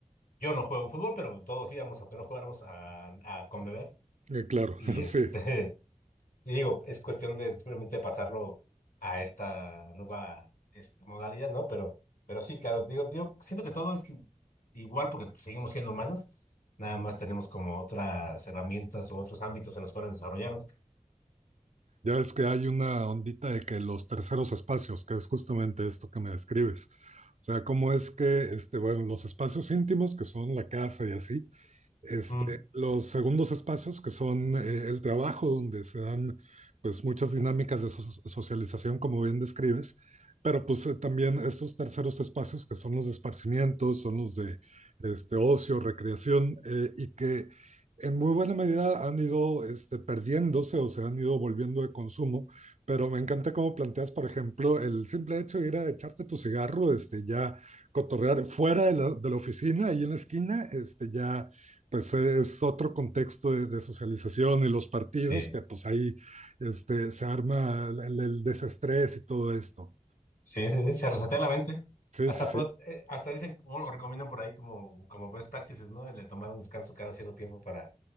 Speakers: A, on the left; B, on the right.
A: yo no juego fútbol, pero todos íbamos, aunque no jugáramos, a, a con beber.
B: eh, claro,
A: Y
B: <laughs>
A: este,
B: sí.
A: y digo, es cuestión de simplemente pasarlo a esta nueva este, modalidad, ¿no? Pero, pero sí, claro, digo, digo, siento que todo es igual porque seguimos siendo humanos, nada más tenemos como otras herramientas o otros ámbitos en los cuales desarrollarnos.
B: Ya ves que hay una ondita de que los terceros espacios, que es justamente esto que me describes. O sea, cómo es que, este, bueno, los espacios íntimos, que son la casa y así, este,
A: Mm,
B: los segundos espacios, que son eh, el trabajo, donde se dan pues muchas dinámicas de so- socialización, como bien describes, pero pues eh, también estos terceros espacios, que son los de esparcimiento, son los de este, ocio, recreación, eh, y que en muy buena medida han ido este, perdiéndose o se han ido volviendo de consumo, pero me encanta cómo planteas, por ejemplo, el simple hecho de ir a echarte tu cigarro, este, ya cotorrear fuera de la, de la oficina, ahí en la esquina, este, ya pues e, es otro contexto de, de, socialización y los partidos
A: Sí,
B: que pues ahí este, se arma el, el, desestrés y todo esto.
A: sí, sí, sí, se resetea la mente.
B: Sí,
A: Hasta,
B: sí, sí.
A: pro- eh, hasta dicen, bueno, recomiendan por ahí como, como best practices, ¿no? El de tomar un descanso cada cierto tiempo para